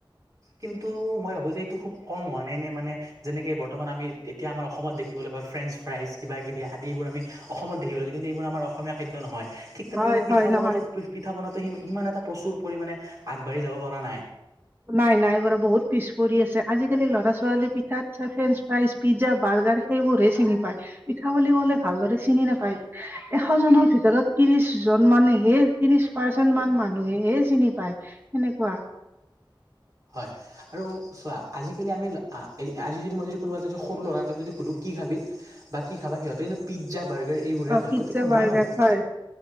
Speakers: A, on the right; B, on the right.
A: কিন্তু মই ভাবোঁ যে এইটো খুব কম হোৱা নাই নে মানে যেনেকে বৰ্তমান আমি এতিয়া আমাৰ অসমত দেখিবলৈ পাওঁ, ফ্ৰেইণ্ডচ ফ্ৰাইজ কিবা কিবি আদিবোৰ আমি অসমত দেহী <unintelligible> লছে কিন্তু এইবোৰ আমাৰ অসমীয়া খাদ্য নহয়। ঠিক তেনেদৰে
B: হয়
A: পিঠা
B: হয় নহয়
A: বনাটো পিঠা বনাটো ইমান এটা প্ৰচুৰ পৰিমাণে আগবাঢ়ি যাব পৰা নাই।
B: নাই নাই বাৰু, বহুত পিছ পৰি আছে। আজিকালি ল'ৰা ছোৱালীয়ে পিঠা, ফ্ৰেঞ্চ, ফ্ৰাইজ, পিজ্জা, বাৰ্গাৰ সেইবোৰহে চিনি পায়। পিঠা বুলি ক'লে ভালদৰে চিনি নোপায়। এশজনৰ ভিতৰত ত্ৰিশ জন মানেহে ত্ৰিশ পাৰ্চেণ্ট মান মানুহেহে চিনি পায় সেনেকুৱা।
A: হয়। আৰু চোৱা আজিকালি আমি আজি যদি, মই যদি কোনোবা যদি সৰু ল'ৰা এটাক যদি সুধোঁ কি খাবি? বা কি খাবা? সিহঁতে কিন্তু পিজ্জা, বাৰ্গাৰ এইবোৰহে
B: অ
A: কয়।
B: পিজ্জা
A: গতিকে
B: বাৰ্গাৰ
A: মই ভাবোঁ,
B: হয়